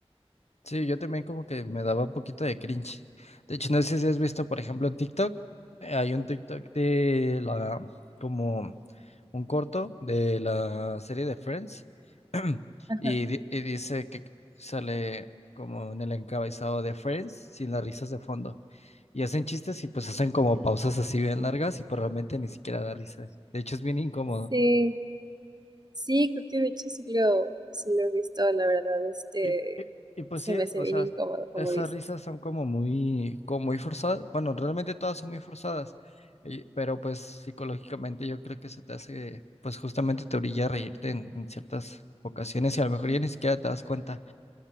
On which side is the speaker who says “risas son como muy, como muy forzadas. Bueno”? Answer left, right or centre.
Left